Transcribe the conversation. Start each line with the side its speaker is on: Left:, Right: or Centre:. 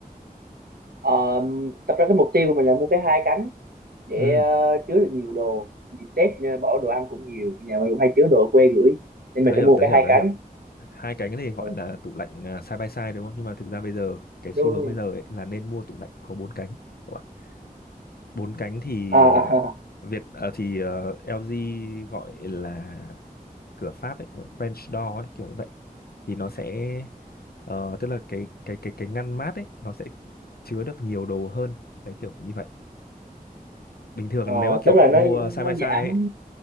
Right: Ờ, thật ra cái mục tiêu của mình là mua cái hai cánh để
Left: ừ.
Right: ờ, chứa được nhiều đồ. Dịp Tết ờ, bỏ đồ ăn cũng nhiều, nhà mình cũng hay chứa đồ ở quê gửi. Nên
Left: tớ
Right: mình
Left: hiểu
Right: sẽ mua
Left: tớ
Right: cái
Left: hiểu
Right: hai
Left: tớ
Right: cánh.
Left: hiểu hai cái này gọi
Right: Ờ,
Left: là tủ lạnh à, side by side đúng không nhưng mà thực ra bây giờ cái
Right: đúng
Left: xu hướng
Right: đúng.
Left: bây giờ ấy là nên mua tủ lạnh có bốn cánh các bạn bốn cánh thì
Right: À, à,
Left: ờ,
Right: à,
Left: Việt ờ, thì ờ, LG gọi là cửa Pháp ấy French door ấy kiểu như vậy thì nó sẽ ờ, tức là cái cái cái cái ngăn mát ấy nó sẽ chứa được nhiều đồ hơn đấy kiểu như vậy bình thường
Right: Ờ,
Left: nếu mà kiểu
Right: tức là
Left: cậu
Right: nó
Left: mua side
Right: nó
Left: by
Right: giảm
Left: side ấy